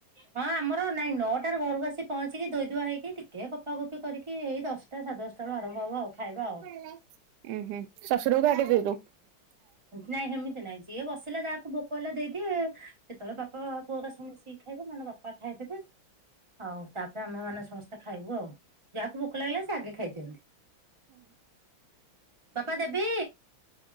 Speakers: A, on the right; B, on the right.
A: ହଁ ଆମର ନାଇଁ ନଅଟାରେ ଘରକୁ ଆସି ପହଞ୍ଚିକି ଧୋଇଦୁଆ ହେଇକି ଟିକେ, କପା ଗୋପି କରିକି, ଏଇ ଦଶଟା ସାଢ଼େ ଦଶଟା ବେଳ ଆରମ୍ଭ ହବ ଆଉ ଖାଇବା ଆଉ
B: ହାଲୋ ଉୁଁ ହୁଁ ଶଶୁର <unintelligible>
A: ନାଇଁ ସେମିତି ନାଇଁ, ଯିଏ ବସିଲା ତାକୁ ଭୋକ ହେଲା ଦେଇଦି କେତେବେଳେ ବାପା କୁଅ କ ସମ ମିଶିକି ଖାଇବେ ମାନେ ବାପା ଖାଇଦେବେ ଆଉ ତାପରେ ଆମେ ମାନେ ସମସ୍ତେ ଖାଇବୁ ଆଉ ଯାହାକୁ ଭୋକ ଲାଗିଲା ସେ ଆଗେ ଖାଇ ଦିଅନ୍ତି, ବାପା ଦେବି